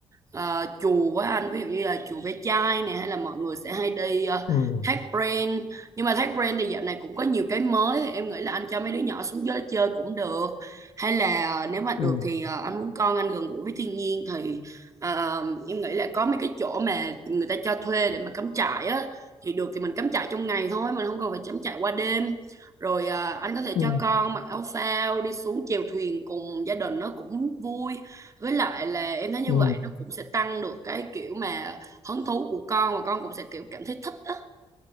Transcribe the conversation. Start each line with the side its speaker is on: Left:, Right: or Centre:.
Right: ờ, chùa á anh ví dụ như là chùa Ve Chai nè hay là mọi người sẽ hay đi uh,
Left: Ừ.
Right: Thác Pren nhưng mà Thác Brand thì dạo này cũng có nhiều cái mới thì em nghĩ là anh cho mấy đứa nhỏ xuống dưới chơi cũng được hay là ờ, nếu mà được
Left: Ừ.
Right: thì ờ, anh muốn con anh gần gũi với thiên nhiên thì ờ, em nghĩ là có mấy cái chỗ mà người ta cho thuê để mà cắm trại á thì được thì mình cắm trại trong ngày thôi mình không cần phải cắm trại qua đêm rồi ờ, anh có thể
Left: Ừ.
Right: cho con mặc áo phao đi xuống chèo thuyền cùng gia đình nó cũng vui với lại là em thấy như
Left: Ừ.
Right: vậy nó cũng sẽ tăng được cái kiểu mà hứng thú của con và con cũng sẽ kiểu cảm thấy thích á